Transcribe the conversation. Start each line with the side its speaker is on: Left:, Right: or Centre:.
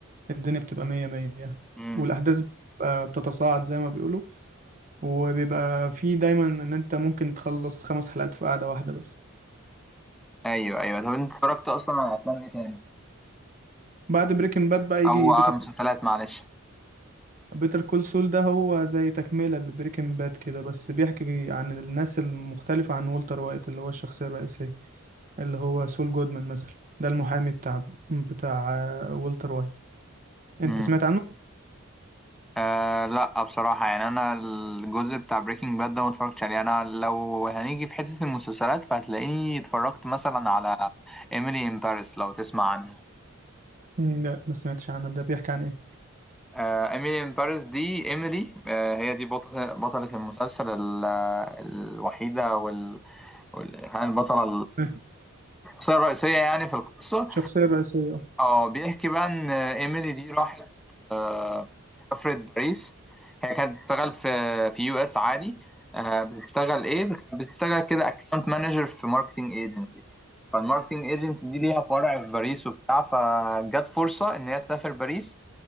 Right: الدنيا بتبقى مية مية
Centre: امم
Right: والأحداث بتبقى بتتصاعد زي ما بيقولوا وبيبقى في دايما إن أنت ممكن تخلص خمس حلقات في قعدة واحدة بس
Centre: ايوه ايوه طب انت اتفرجت اصلا على افلام ايه تاني
Right: بعد بريكنج باد بقى
Centre: او
Right: يجي
Centre: على
Right: بيتر
Centre: مسلسلات معلش
Right: بيتر كول سول ده هو زي تكملة لبريكنج باد كده بس بيحكي عن الناس المختلفة عن والتر وايت اللي هو الشخصية الرئيسية اللي هو سول جودمان مثلا ده المحامي بتاع بتاع آه، والتر وايت انت
Centre: امم
Right: سمعت عنه؟
Centre: آه لا بصراحه يعني انا الجزء بتاع بريكنج باد ده ما اتفرجتش عليه انا لو هنيجي في حته المسلسلات فهتلاقيني اتفرجت مثلا على ايميلي ان باريس لو تسمع عنها
Right: مم، لا ما سمعتش عنه ده بيحكي عن ايه؟
Centre: آه ايميلي ان باريس دي ايميلي آه هي دي بطله بطله المسلسل ال- الوحيده وال, وال... يعني البطله
Right: مم.
Centre: الشخصيه الرئيسيه يعني في القصه
Right: الشخصية الرئيسية
Centre: اه بيحكي بقى ان ايميلي دي راحت آه، سافرت باريس هي كانت بتشتغل في في يو اس عادي آه، بتشتغل ايه كانت بتشتغل كده اكونت مانجر في ماركتنج ايجنسي فالماركتنج ايجنسي دي ليها فرع في باريس وبتاع فجت فرصة ان هي تسافر باريس